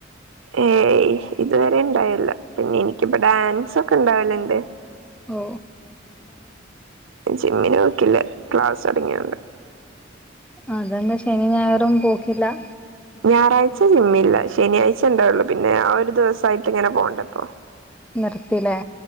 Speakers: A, on the right; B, in the centre.
A: ഏയ് ഇതുവരെ ഇണ്ടാവില്ല പിന്നെ എനിക്കിപ്പ ഡാൻസ് ഒക്കെ ഇണ്ടാവല് ണ്ട്
B: ഓ
A: ജിമ്മിന് പോക്കില്ല ക്ലാസ് ചടങ്ങിയുണ്ട്
B: അതന്നെ ശനി ഞായറും പോക്കില്ല
A: ഞായറാഴ്ച ജിമ്മില്ല ശനിയാഴ്ച ഉണ്ടാവുള്ളു പിന്നെ ആ ഒരു ദിവസായിട്ട് ഇങ്ങനെ പോവണ്ടേ പ്പോ
B: നിർത്തില്ലേ